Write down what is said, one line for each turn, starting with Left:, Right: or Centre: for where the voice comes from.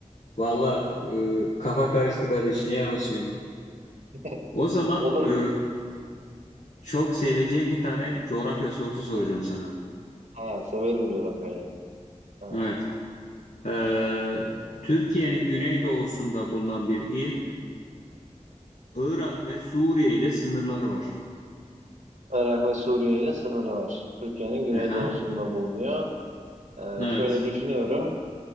Left: Valla e, kafa karıştı kardeş. Ne yalan söyleyeyim.
Right: <laughs>
Left: O zaman
Right: Olur.
Left: e, çok seveceğim bir tane coğrafya sorusu soracağım sana.
Right: Ha, severim coğrafyayı. Evet.
Left: Evet. E, Türkiye'nin güneydoğusunda bulunan bir il, Irak ve Suriye ile sınırları var.
Right: Irak ve Suriye ile sınırı var. Türkiye'nin güneydoğusunda
Left: Aha.
Right: bulunuyor. Ee,
Left: Evet.
Right: şöyle düşünüyorum.